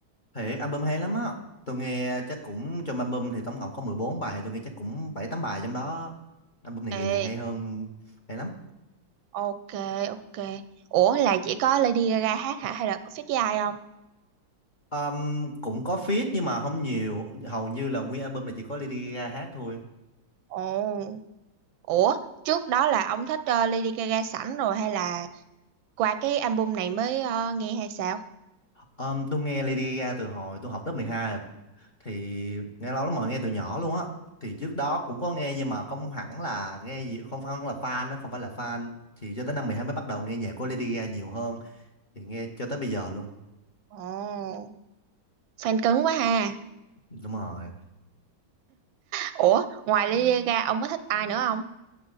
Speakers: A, on the left (about 30°); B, on the right (about 90°).
A: thiệt album hay lắm á. Tôi nghe chắc cũng trong album thì tổng cộng có mười bốn bài thì tôi nghe chắc cũng 7 8 bài trong đó. Album này kỳ
B: Ê,
A: này hay hơn hay lắm.
B: ok ok. Ủa là chỉ có Lady Gaga hát hả hay là có feat với ai không?
A: Ờm, cũng có feat nhưng mà không nhiều, hầu như là nguyên album này chỉ có Lady Gaga hát thôi.
B: Ồ. Ủa, trước đó là ông thích ờ, Lady Gaga sẵn rồi hay là qua cái album này mới ờ, nghe hay sao?
A: Um, tôi nghe Lady Gaga từ hồi tôi học lớp 12 rồi. Thì nghe lâu lắm rồi nghe từ nhỏ luôn á. Thì trước đó cũng có nghe nhưng mà không hẳn là nghe gì không phải là fan đó, không phải là fan. Thì cho tới năm 12 mới bắt đầu nghe nhạc của Lady Gaga nhiều hơn. Thì nghe cho tới bây giờ luôn.
B: Ồ, fan cứng quá ha.
A: Đúng rồi.
B: Ủa, ngoài Lady Gaga ông có thích ai nữa không?